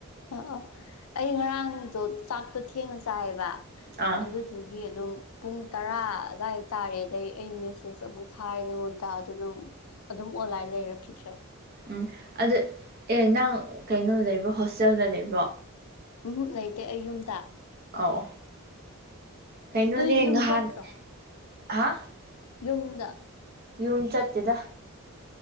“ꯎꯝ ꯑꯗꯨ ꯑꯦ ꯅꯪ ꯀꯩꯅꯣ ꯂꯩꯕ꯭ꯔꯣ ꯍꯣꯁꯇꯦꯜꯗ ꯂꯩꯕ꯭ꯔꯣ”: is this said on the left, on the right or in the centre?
Right